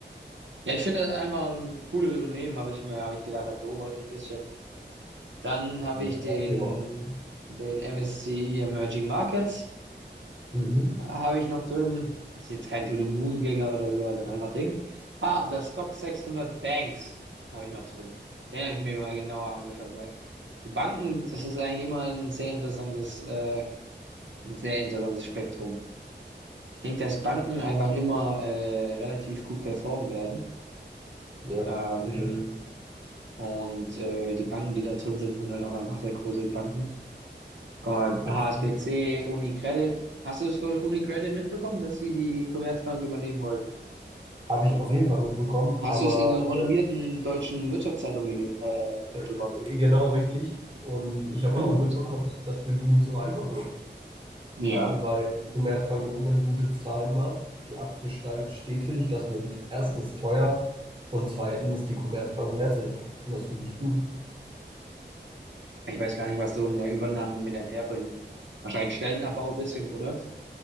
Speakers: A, on the right (about 85°); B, on the right (about 30°).
A: Ja, ich finde einfach ein cooles Unternehmen, habe ich mir, habe ich gedacht, da beobachte ich ein bisschen. Dann habe
B: Ja,
A: ich
B: kann
A: den,
B: man sich ja mal angucken.
A: den MSCI Emerging Markets.
B: Mhm.
A: habe ich noch drin. Das Ist jetzt kein To the Moon Gänger oder so, also einfach Ding. Ah, das Stock 600 Banks habe ich noch drin. Den habe ich mir mal genauer angeschaut, weil die Banken, das ist eigentlich immer ein sehr interessantes, äh, ein sehr interessantes Spektrum. Ich denke, dass Banken einfach immer äh, relativ gut performen werden.
B: Ja,
A: Ähm,
B: sicher.
A: und äh, die Banken, die da drin sind, sind halt auch einfach sehr große Banken. Guck mal,
B: Absolut.
A: HSBC, UniCredit. Hast du es von UniCredit mitbekommen, dass sie die Commerzbank übernehmen wollten?
B: Habe ich auf jeden Fall mitbekommen,
A: Hast
B: aber
A: du es in einem renommierten deutschen Wirtschaftszeitung gele äh, mitbekommen?
B: äh, genau richtig. Und ich habe
A: Hm.
B: auch mitbekommen, dass das für die nicht so einfach wird,
A: Ja.
B: weil die Commerzbank im Moment gute Zahlen macht, die Aktie steigt stetig, das wird erstens teuer und zweitens die Commerzbank wehrt sich. Und das finde ich gut.
A: Ich weiß gar nicht, was so eine Übernahme mit einherbringt. Wahrscheinlich Stellenabbau ein bisschen, oder?